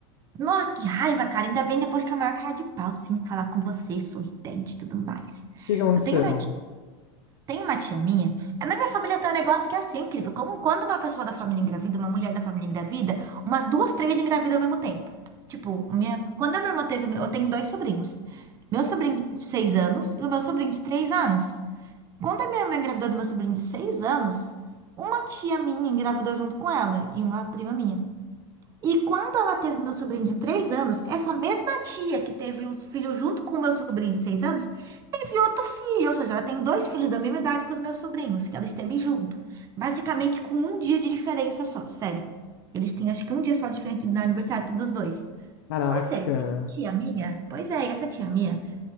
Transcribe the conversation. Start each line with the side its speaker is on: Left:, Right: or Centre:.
Right: Nossa, que raiva, cara. Ainda bem depois que a maior cara de pau, sim, falar com você, sorridente e tudo mais.
Left: que que aconteceu?
Right: Eu tenho uma Tem uma tia minha, é, na minha família tem um negócio que é assim, incrível. Como quando uma pessoa da família engravida, uma mulher da família engravida, umas duas, três engravidam ao mesmo tempo. Tipo, minha, quando a minha irmã teve, eu tenho dois sobrinhos. Meu sobrinho de seis anos e o meu sobrinho de três anos. Quando a minha irmã engravidou do meu sobrinho de seis anos, uma tia minha engravidou junto com ela e uma prima minha. E quando ela teve meu sobrinho de três anos, essa mesma tia que teve os filhos junto com o meu sobrinho de seis anos, teve outro filho. Ou seja, ela tem dois filhos da mesma idade que os meus sobrinhos, que ela esteve junto. Basicamente com um dia de diferença só, sério. Eles têm acho que um dia só de diferença no aniversário dos dois.
Left: Caraca,
Right: Ou seja, tia minha, pois é, essa tia minha